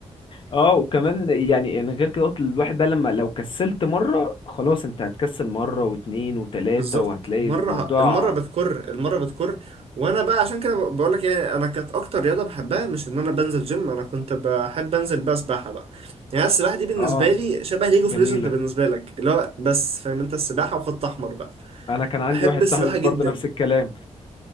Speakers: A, on the left; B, on the right.
A: اه وكمان يعني يعني غير كده قلت الواحد بقى لما لو كسلت مره خلاص انت هتكسل مره واتنين وتلاته
B: بالظبط
A: وهتلاقي
B: مرة
A: الموضوع
B: المرة بتكر المرة بتكر وانا بقى عشان كده بقول لك يعني انا كانت اكتر رياضة بحبها مش ان انا بنزل جيم انا كنت بحب انزل بقى سباحة بقى يعني السباحة دي بالنسبة
A: اه
B: لي شبه ليج اوف
A: جميله
B: ليجند بالنسبة لك اللي هو بس فاهم انت السباحة وخط احمر بقى
A: انا كان عندي
B: بحب
A: واحد
B: السباحة
A: صاحبي
B: جدا
A: برضه نفس الكلام